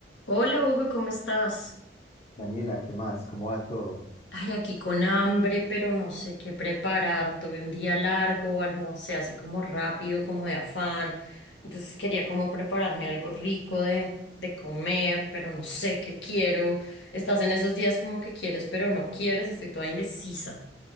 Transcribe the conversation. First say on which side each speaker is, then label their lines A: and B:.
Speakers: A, on the left (about 80°); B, on the left (about 35°).
A: Hola Hugo, ¿cómo estás?
B: Daniela, ¿qué más? ¿Cómo va todo?
A: Ay, aquí con hambre, pero no sé qué preparar. Tuve un día largo, almorcé así como rápido, como de afán. Entonces quería como prepararme algo rico de, de comer, pero no sé qué quiero. Estás en esos días como que quieres, pero no quieres. Estoy toda indecisa.